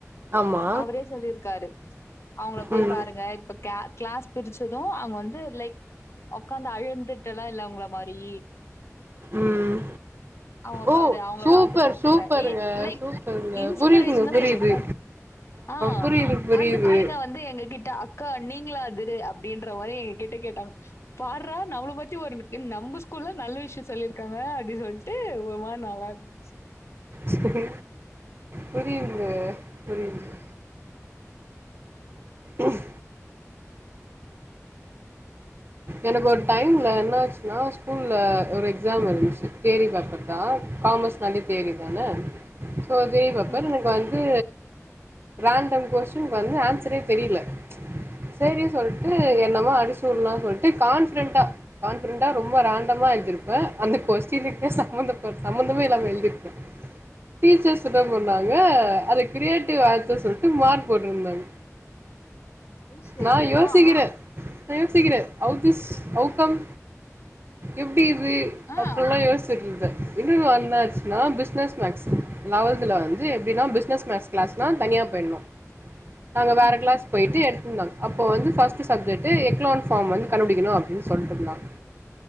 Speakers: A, on the right; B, on the left.
A: ஆமா
B: அவரே சொல்லிருக்காரு அவுங்கள போய்
A: ம்
B: பாருங்க இப்ப க் க்ளாஸ் பிரிச்சது அவுங்க வந்து ஒரு லைக் ஒக்காந்து அழுந்துட்டுலா இல்ல உங்கள மாரி
A: ம்
B: அவுங்க
A: ஓ
B: பாரு அவுங்கள
A: சூப்பர்
B: பாத் து கத்துங்க
A: சூப்பருங்க
B: இ லைக்
A: சூப்பருங்க
B: இன்ஸ்பிரேஷனா
A: புரியுதுங்க புரியுது
B: சொல்லிருக்காரு ஆ
A: புரியுது புரியுது
B: அந்த புள்ளைங்க வந்து எங்க கிட்ட அ க்கா நீங்களா அது அப்டின்ற மாரி எங்க கிட்ட கேட்டாங்க பார்றா நம்மள பத்தி ஒரு நம்ம ஸ்கூல்ல நல்ல விஷயம் சொல்லிருக்காங்க அப்டி சொல்ட்டு ஒரு மாரி நல்லா இருந் ச்சி
A: சேரி புரியுதுங்க புரியுது ம் எனக்கு ஒரு டைம்ல என்ன ஆச்சுனா ஸ்கூல்ல ஒரு எக்ஸாம் இருந்துச்சு தியரி பேப்பர் தா காமர்ஸ் தனி தியரி தான சோ தியரி பேப்பர்
B: ம்
A: எனக்கு வந்து து ரேண்டம் கொஸ்டீன் வந்து ஆன்சரே தெரியில சேரின் சொல்ட்டு என்னமோ அடிச்சி வுட்லா சொல்ட்டு கான் ஃபிடெண்ட்டா கான் ஃபிடெண்ட்டா ரொம்ப ரேண்டமா எழுதிருப்பே அந்த கொஸ்டினுக்கே சம்மந்த ப சம்மந்தமே இல்லாம எழுதிரு டீச்சர்ஸ் என்னா பண்ணாங்க அத கிரியேட் டிவ் வார்த்த சொல்ட்டு மார்க் போட்ருந்தாங்க
B: அது சரி
A: நா யோசிகிற
B: வாவ்
A: நா யோசிக்கிற ஹவ் திஸ் ஹவ் கம் எப்டி இது
B: ஆ
A: அப்பல்லா யோசிட்ருந்த இன்னொரு நாள் என்னாச்சுனா பிஸ்னஸ் மேக்ஸ் லெவல்துல வந்து எப்டினா பிஸ்னஸ் மேக்ஸ் கிளாஸ்னா தனியா போய்னு நாங்க வேற
B: ம்
A: கிளாஸ் போயிட்டு எடுத்திருந்தாங் அப்போ வந்து ஃபஸ்ட் சப்ஜெக்டு எக் க்ளோன் ஃபாம் வந்து கண்டுபுடிக்கனு அப்டின் சொல்ட்ருந்தாங்க